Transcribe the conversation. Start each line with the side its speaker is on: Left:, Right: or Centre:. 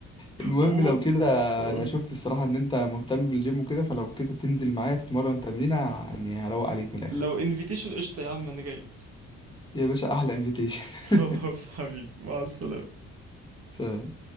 Left: المهم
Right: عموما
Left: لو كده
Right: أقول-
Left: انا شفت الصراحة ان انت مهتم بالجيم وكده فلو كده تنزل معايا تتمرن تمرينة يعني هروق عليك من الاخر
Right: لو انفيتيشن قشطة يا عم انا جاي
Left: يا باشا احلى انفيتيشن
Right: <laughs> خلاص
Left: <laughs>
Right: حبيبي مع السلامة
Left: سلام